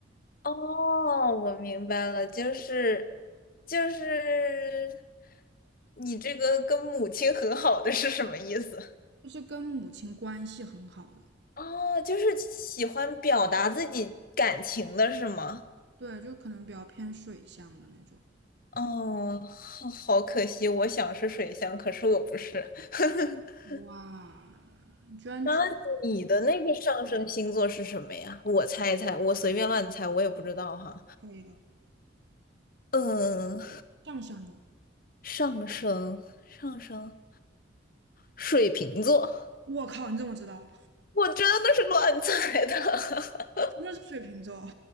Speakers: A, on the left; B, on the right.
A: 哦，我明白了，就是就是你这个跟母亲和好的是什么意思？
B: 就是跟母亲关系很好的
A: 哦，就是喜欢表达自己感情的是吗？
B: 对就可能比较偏水象的那种
A: 哦，好，好可惜，我想是水象，可是我不是。<laughs>
B: 哇你居然全
A: 那你的那个上升星座是什么呀？我猜一猜，我随便乱猜，我也不知道哈。
B: 可以了
A: 嗯，
B: 上升了
A: 上升，上升，水瓶座。
B: 我靠你怎么知道
A: 我真的是乱猜的，<laughs>
B: 那是水瓶座